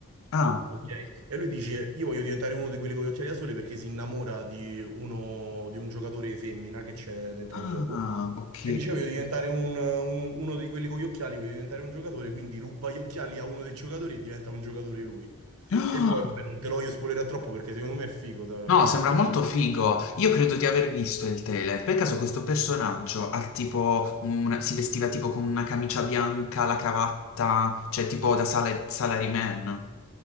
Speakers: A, on the left; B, on the right.
A: ah,
B: Ok?
A: ok.
B: E lui dice: Io voglio diventare uno di quelli con gli occhiali da sole perché si innamora di uno di un giocatore femmina che c'è dentro
A: Ah,
B: al gioco.
A: ok.
B: E dice: Voglio diventare un- un- uno di quelli con gli occhiali, voglio diventare un giocatore. Quindi ruba gli occhiali a uno dei giocatori e diventa un giocatore lui.
A: Ah,
B: E poi, vabbè, non te lo voglio spoilerare troppo perché secondo me è figo. da-
A: No, sembra
B: se te
A: molto
B: lo...
A: figo. Io credo di aver visto il trailer. Per caso questo personaggio ha tipo un- si vestiva tipo con una camicia bianca, la cravatta, cioè tipo da sala- salaryman.